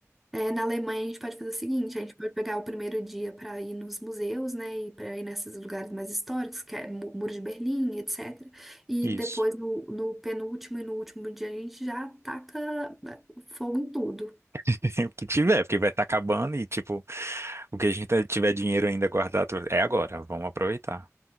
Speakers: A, in the centre; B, on the right (about 55°).
A: É, na Alemanha a gente pode fazer o seguinte, a gente pode pegar o primeiro dia para ir nos museus, né, e para ir nesses lugares mais históricos, que é Mu- Muro de Berlim, etc. E
B: Isso.
A: depois no, no penúltimo e no último dia a gente já taca né, fogo em tudo.
B: <laughs> O que tiver, porque vai estar acabando e, tipo, o que a gente tá, tiver dinheiro ainda guardado é agora, vamos aproveitar.